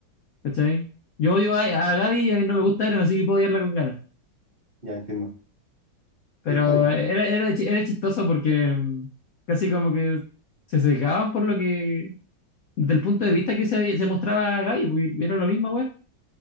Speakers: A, on the left; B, on the right.
A: ¿cachai? Yo odio a, a Gaby y a mí no me gusta Eren, así que puedo odiarla con ganas.
B: Ya entiendo,
A: Pero
B: sí, está bien,
A: era, era, era chistoso porque mm, casi como que se secaban por lo que, del punto de vista que se, se mostraba a Gaby, porque era lo mismo, weón.